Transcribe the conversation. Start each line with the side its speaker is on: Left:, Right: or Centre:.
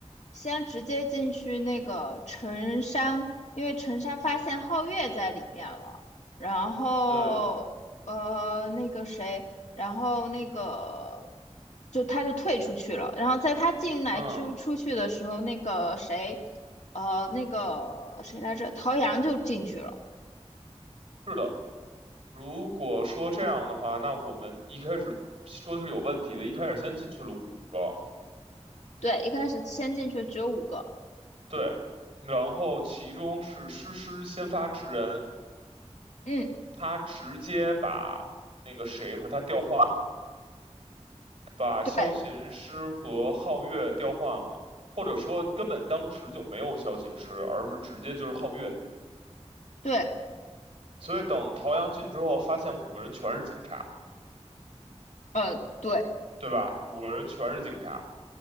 Left: 先直接进去那个陈山，因为陈山发现皓月在里面了，然后呃，
Right: 对，
Left: 那个谁，然后那个就他就退出去了，然后在他进来就出去的时候，
Right: 嗯，
Left: 那个谁，呃，那个谁来着，陶阳就进去了。
Right: 是的。如果说这样的话，那我们一开始说是有问题的，一开始先进去了五个，
Left: 对，一开始先进去只有五个，
Right: 对，然后其中是诗诗先发制人，
Left: 嗯，
Right: 他直接把那个谁和他调换了，把萧琴师和皓月调换了，
Left: 对。
Right: 或者说根本当时就没有萧琴师，而是直接就是皓月。
Left: 对，
Right: 所以等陶阳进去之后，发现五个人全是警察，
Left: 呃，对，
Right: 对吧？五个人全是警察。